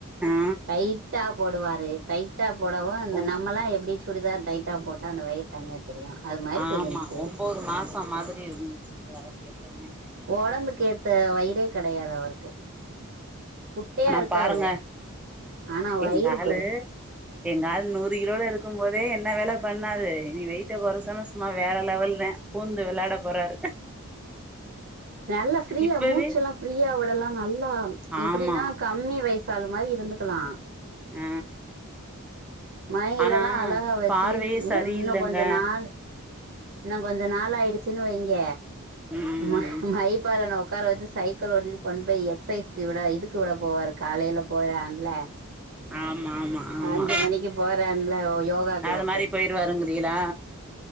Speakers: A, in the centre; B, on the right.
A: ஆ
B: டைட்டா போடுவாரு டைட்டா போடவு இந்த
A: ஒம்
B: நம்மலா எப்டி சுடிதார் டைட் டா போட்டா அந்த வயிறு தனியா தெரியு அது மாரி
A: ஆமா
B: தெரிஞ்ச்சு
A: உம்போது மாசம் மாதிரி இருந்துச்சு அவருக்கு எப்பவுமே
B: ஓடம்புக்கேத்த வயிரே கெடையாது அவருக்கு குட்டையா
A: ஆனா
B: இருக்காரு
A: பாருங்க
B: ஆனா வயிறு
A: எங்க ஆளு
B: பெருசு
A: எங்க ஆள் நூறு கிலோல இருக்கும் போதே என்ன வேல பண்ணாரு இனி வெயிட்ட கொறச்சொன்னே சும்மா வேற லெவல்தே பூந்து விளாட போறாரு
B: நல்லா ஃப்ரீயா
A: இப்பவே
B: மூச்செல்லா ஃப்ரீயா விடலா நல்லா எப்புடின்னா
A: ஆமா
B: கம்மி வய சாலு மாரி இருந்துகலா
A: ஆ
B: மயங்கிலலா
A: ஆனா
B: அழகா வெச்சு
A: பார்வையே
B: இவரு
A: சரியில்லங்க
B: இன்னு கொஞ்ச நாள் இன்னு கொஞ்ச நாள் ஆயிடுசுன்னு வைங்க
A: ம்
B: ம மைப்பாரு ந உக்காரவெச்சு சைக்கிள் ஓட்டிட்டு கொண் போய் எக்சைஸ்கு விட இதுக்கு விட போவாரு காலையில போவலாம்ல
A: ஆமா ஆமா ஆமா
B: அஞ்சு மணிக்கு போறான்ல ஒ யோகா க்ளாஸு
A: அது மாரி போயிருவாருங்கிறீகளா